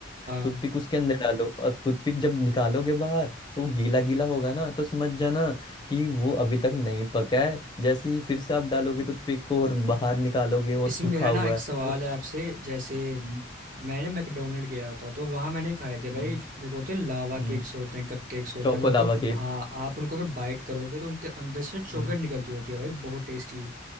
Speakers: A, on the right (about 45°); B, on the left (about 25°).
A: हाँ
B: टूथपिक उसके अंदर डालो और टूथपिक जब निकालोगे बाहर तो गीला गीला होगा ना तो समझ जाना कि वो अभी तक नहीं पका है जैसे ही फिर से आप डालोगे टूथपिक को और बाहर निकालोगे और
A: इसमें
B: सूखा
A: मेरा
B: हुआ
A: ना एक
B: है
A: सवाल
B: तो
A: है आपसे जैसे
B: हम्म
A: मैंने मैकडोनल्ड गया था तो वहाँ मैंने खाए थे भाई
B: हम्म
A: जो- मेरे को होते हैं लावा
B: हम्म
A: केक्स होते हैं कप केक्स होते
B: Choco lava
A: हैं मैं उनको
B: cake
A: हाँ आप उनको अगर बाइट करोगे तो उनके अंदर से चॉकलेट
B: हम्म
A: निकलती होती है भाई बहुत टेस्टी